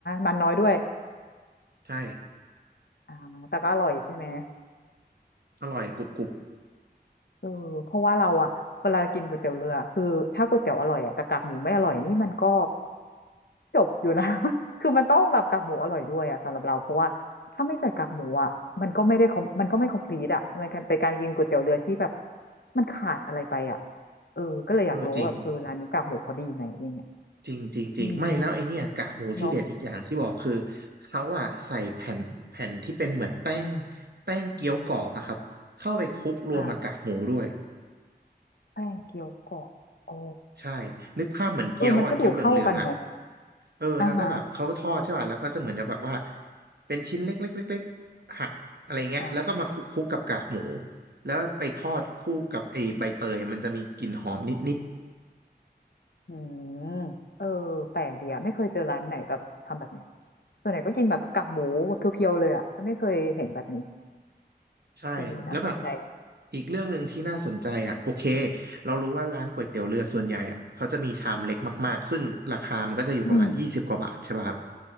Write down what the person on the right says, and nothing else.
ใช่
อร่อยกรุบกรุบ
เออจริงจริงจริงจริงไม่แล้วไอเนี่ยกากหมูที่เด็ดอีกอย่างที่บอกคือ
เขาอะใส่แผ่นแผ่นที่เป็นเหมือนแป้งแป้งเกี๊ยวกรอบอะครับเข้าไปคลุกรวมกับกากหมูด้วย
ใช่นึกภาพเหมือนเกี๊ยวอะเกี๊ยวเหลืองๆอะ
เออแล้วก็แบบเขาทอดใช่ป่ะแล้วก็จะเหมือนแบบว่า
เป็นชิ้นเล็กๆๆๆหักอะไรเงี้ยแล้วก็มาคลุกคลุกกับกากหมู
แล้วไปทอดคู่กับไอใบเตยอะมันจะมีกลิ่นหอมนิดๆ
ใช่แล้วแบบ
อีกเรื่องหนึ่งที่น่าสนใจอ่ะโอเคเรารู้ว่าร้านก๋วยเตี๋ยวเรือส่วนใหญ่อ่ะเขาจะมีชามเล็กมากๆซึ่งราคามันก็จะอยู่ประมาณยี่สิบกว่าบาทใช่ป่ะครับ